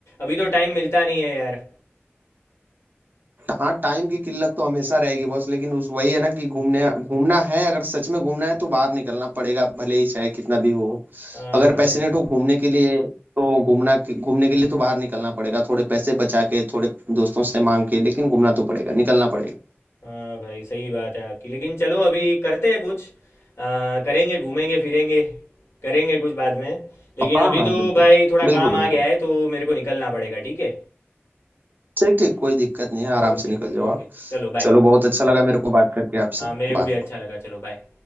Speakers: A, on the left; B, on the right.
A: अभी तो टाइम मिलता नहीं है यार
B: हाँ टाइम की किल्लत तो हमेशा रहेगी बॉस लेकिन उस वही है ना कि घूमने घूमना है अगर सच में घूमना है तो बाहर निकलना पड़ेगा भले ही चाहे कितना भी हो
A: हाँ
B: अगर
A: भाई
B: पैशनेट
A: यार
B: हो घूमने के लिए तो घूमना घूमने के लिए तो बाहर निकलना पड़ेगा थोड़े पैसे बचा के थोड़े दोस्तों से मांग के लेकिन घूमना तो पड़ेगा निकलना पड़ेगा
A: हाँ भाई सही बात है आपकी लेकिन चलो अभी करते हैं कुछ आ, करेंगे घूमेंगे फिरेंगे करेंगे कुछ बाद में लेकिन
B: हाँ
A: अभी
B: हाँ
A: तो
B: बिल्कुल
A: भाई थोड़ा
B: बिल्कुल
A: काम आ
B: बिल्कुल
A: गया है तो मेरे को निकलना पड़ेगा ठीक है
B: ठीक ठीक कोई दिक्कत नहीं है आराम
A: ओके
B: से निकल जाओ
A: ओके
B: आप
A: चलो बाय
B: चलो बहुत अच्छा लगा मेरे को बात करके आपसे
A: हाँ मेरे को
B: बाय
A: भी अच्छा लगा चलो बाय